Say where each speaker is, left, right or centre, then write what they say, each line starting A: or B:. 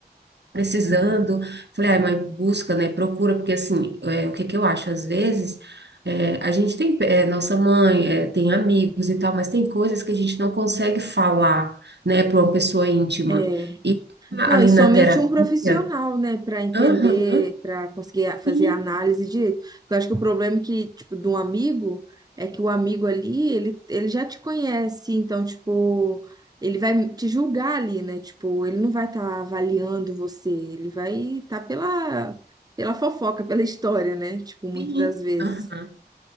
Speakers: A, on the right; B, on the right.
A: precisando. Falei, ai, mãe, busca, né? Procura, porque assim, é, o que que eu acho? Às vezes, é, a gente tem, é, nossa mãe, é, tem amigos e tal, mas tem coisas que a gente não consegue falar, né, para uma pessoa íntima.
B: É.
A: E
B: Não,
A: ali
B: e somente
A: na terapia,
B: um profissional, né, Pra entender,
A: aham,
B: pra conseguir a- fazer
A: sim,
B: a análise direito. Porque eu acho que o problema é que, tipo, de um amigo é que o amigo ali, ele, ele já te conhece, então, tipo, ele vai te julgar ali, né? Tipo, ele não vai estar avaliando você, ele vai estar pela, pela fofoca, pela história, né? Tipo, muitas
A: sim,
B: das vezes.
A: aham.